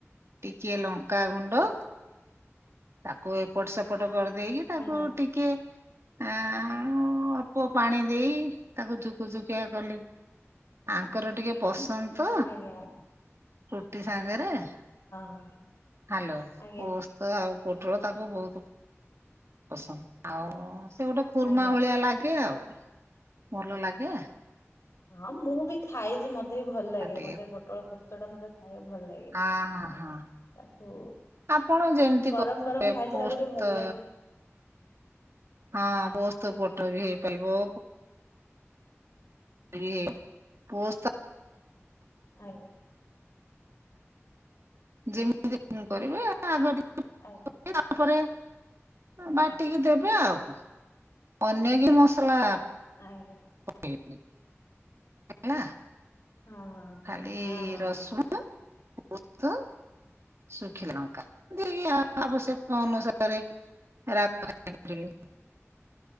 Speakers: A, on the right; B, on the left.
A: ଟିକେ ଲଙ୍କା ଗୁଣ୍ଡ। ତାକୁ ଏପଟ ସେପଟ କରିଦେଇକି ତାକୁ
B: ଆଜ୍ଞା
A: ଟିକେ ଆ ଅଳ୍ପ ପାଣି ଦେଇ ତାକୁ ଝୁକୁଝୁକିଆ କଲି। ଆଙ୍କର ଟିକେ ପସନ୍ଦ ତ
B: ଆଜ୍ଞା ଆଜ୍ଞା
A: ରୁଟି ସାଙ୍ଗରେ। ହ୍ୟାଲୋ
B: ହଁ ହଁ ଆଜ୍ଞା
A: ପୋସ୍ତ ଆଉ ପୋଟଳ ତାକୁ ବହୁତ ପସନ୍ଦ ଆଉ ସେ ଗୋଟେ ଖୁର୍ମା
B: ଆଜ୍ଞା
A: ଭଳିଆ
B: ଆଜ୍ଞା।
A: ଲାଗେ। <unintelligible> ଆଉ ଭଲ ଲାଗେ।
B: ହଁ ମୁଁ ବି ଖାଇଛି ମତେ ବି ଭଲ
A: ତା
B: ଲାଗେ
A: ଟିକେ
B: ମତେ ପୋଟଳ ପୋସ୍ତ ଟା ମତେ ଖାଇବାକୁ ଭଲ ଲାଗେ।।
A: ହଁ ହଁ ହଁ
B: ତାକୁ
A: ଆପଣ ଯେମିତି
B: ଗରମ
A: କରିବେ
B: ଗରମ ଖାଇଲେ
A: ପୋସ୍ତ
B: ତାକୁ ଟିକେ ଭଲ ଲାଗେ
A: ହଁ ପୋସ୍ତ ଫଟୋ ବି ହେଇପାରିବ। <unintelligible>
B: ଆଜ୍ଞା
A: ଯେମିତି କରିବେ ଆ ଆଗ ଟିକ
B: ଆଇ
A: ତାପରେ। ବାଟିକି ଦେବେ ଆଉ ଅନ୍ୟକି ମସଲା।
B: ଆଜ୍ଞା।
A: <unintelligible>
B: ହଁ ହଁ
A: ଖାଲି
B: ହଁ ହଁ।
A: <unintelligible> ଶୁଖିଲ ଲଙ୍କା ଯ ଆବଶ୍ୟକ ଅନୁସାରେ। <unintelligible>